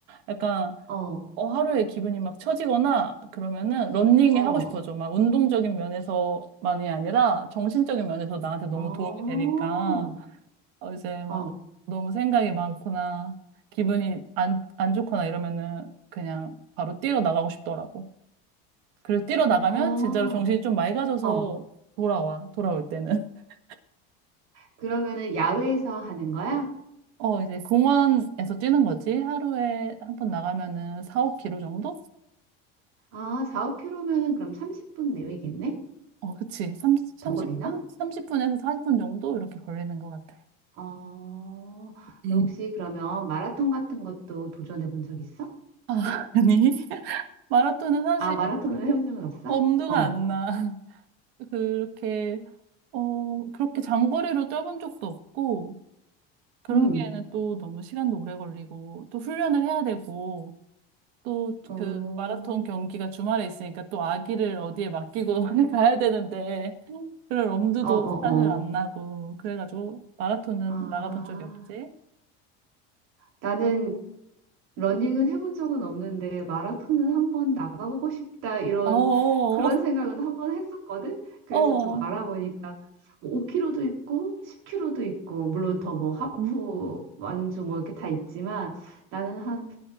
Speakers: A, on the right; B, on the right.
A: 약간
B: 어,
A: 어, 하루에 기분이 막 처지거나 그러면은 러닝이
B: 어.
A: 하고 싶어져. 막 운동적인 면에서만이 아니라 정신적인 면에서 나한테 너무
B: 어,
A: 도움이 되니까. 어, 이제 막
B: 어,
A: 너무 생각이 많거나 기분이 안, 안 좋거나 이러면은 그냥 바로 뛰러 나가고 싶더라고. 그리고 뛰러 나가면
B: 아,
A: 진짜로 정신이 좀 맑아져서
B: 어.
A: 돌아와, 돌아올 때는. <laughs>
B: 그러면은 야외에서 하는 거야?
A: 어, 이제 공원에서 뛰는 거지. 하루에 한 번 나가면은 4, 5 킬로 정도?
B: 아, 4, 억 k 로면은 그럼 30분 내외겠네?
A: 어, 그치. 30, 3분
B: 더 걸리나?
A: 30분에서 40분 정도? 이렇게 걸리는 것 같아.
B: 어,
A: 음.
B: 너 혹시 그러면 마라톤 같은 것도 도전해 본 적 있어?
A: 아, <laughs> 아니. 마라톤은 사실
B: 아, 마라톤을 해본 적은 없어?
A: 엄두가
B: 어,
A: 안 나. <laughs> 그렇게 어, 그렇게 장거리로 뛰어본 적도 없고, 그러기에는
B: 음,
A: 또 너무 시간도 오래 걸리고, 또 훈련을 해야 되고, 또
B: 어,
A: 그 마라톤 경기가 주말에 있으니까 또 아기를 어디에 맡기고 <laughs> 가야 되는데, 그럴 엄두도
B: 어, 어,
A: 사실 안
B: 어.
A: 나고, 그래가지고 마라톤은
B: 아,
A: 나가본 적이 없지.
B: 나는 러닝은 해본 적은 없는데 마라톤은 한번 나가보고 싶다 이런
A: 어, 어,
B: 그런 생각은 한번 했었거든. 그래서
A: 어.
B: 좀 알아보니까 5km도 있고 10km도 있고 물론 더 뭐 하프
A: 음,
B: 완주 뭐 이렇게 다 있지만 나는 한